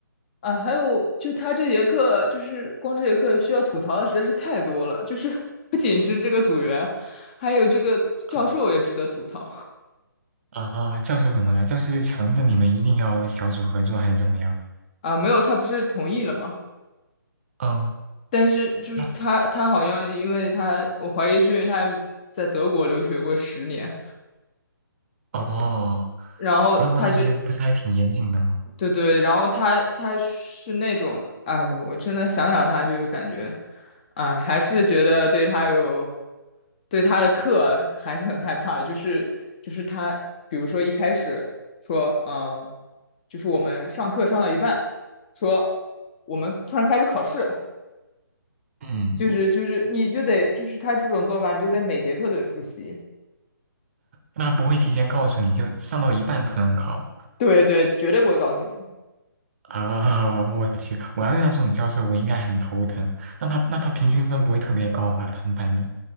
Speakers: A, on the left; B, on the right.
A: 啊，还有就她这节课就是光这节课需要吐槽的实在是太多了，就是 <laughs> 不仅是这个组员，还有这个教授也值得吐槽
B: 啊啊，教授怎么了？教授就强制你们一定要小组合作还是怎么样？
A: 啊。没有，他不是同意了吗？
B: 嗯，
A: 但是就是他，
B: 那
A: 他好像因为他，我怀疑是因为他在德国留学过十年，
B: 哦。
A: 然后他就
B: 德国那边不是还挺严谨的吗？
A: 对对，然后他他是那种，哎呦，我真的想想他就感觉，哎，还是觉得对他有，对他的课还是很害怕，就是就是他，比如说一开始说，嗯，就是我们上课上到一半，说我们突然开始考试。
B: 嗯，
A: 就是就是你就得就是他这种做法，你就得每节课都得复习。
B: 那不会提前告诉你就上到一半突然考
A: 对对，绝对不会告诉你的。
B: 啊！<laughs> 我去，我要遇到这种教授，我应该很头疼。那他那他平均分不会特别高吧？他们班的，